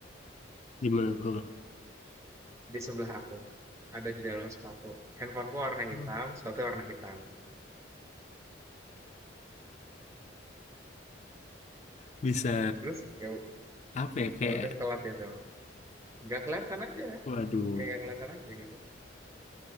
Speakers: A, on the left; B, on the right.
A: gimana tuh
B: di sebelah aku ada di dalam sepatu handphoneku warna
A: Hmm.
B: hitam sepatu warna hitam
A: <laughs> bisa
B: terus ya u-
A: apa ya kayak
B: ya udah telat gitu nggak kelihatan aja
A: waduh
B: kayak nggak kelihatan aja gitu